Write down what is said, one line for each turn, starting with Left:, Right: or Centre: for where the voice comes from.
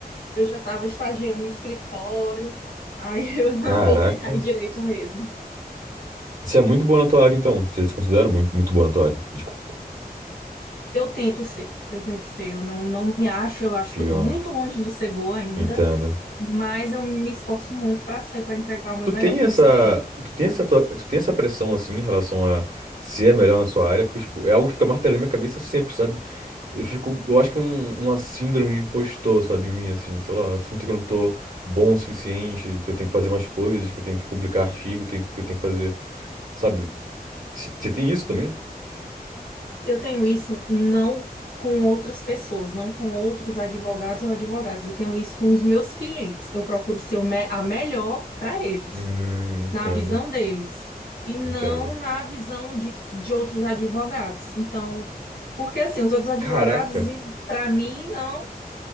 Left: eu já estava estagiando em escritório. Aí eu <laughs> não
Right: Caraca.
Left: vou ficar em direito mesmo.
Right: Você é muito boa na tua área, então. Você se considera muito, muito boa na tua área. Desculpa.
Left: Eu tento ser, eu tento ser. Eu não, não me acho, eu acho
Right: Pior.
Left: que eu estou muito longe de ser boa ainda,
Right: Entendo.
Left: mas eu me esforço muito para ser, para entregar o meu
Right: Tu
Left: melhor
Right: tem
Left: para
Right: essa,
Left: meus clientes.
Right: tu tem essa, tua- tu tem essa pressão, assim, em relação a ser a melhor na sua área, porque, tipo, é algo que fica martelando na minha cabeça sempre, sabe? Eu fico, eu acho que é um, uma síndrome de impostor, sabe, em mim, assim, sei lá, eu sinto que eu não tô bom o suficiente, que eu tenho que fazer mais coisas, que eu tenho que publicar artigo, tenho- que eu tenho que fazer, sabe? Você tem isso também?
Left: Eu tenho isso não com outras pessoas, não com outros advogados ou advogadas. Eu tenho isso com os meus clientes. Eu procuro ser o me- a melhor para eles.
Right: Hum, entendo,
Left: na visão deles e não
Right: entendo.
Left: na visão de, de outros advogados. Então, porque assim, os outros advogados,
Right: Caraca!
Left: para mim, não,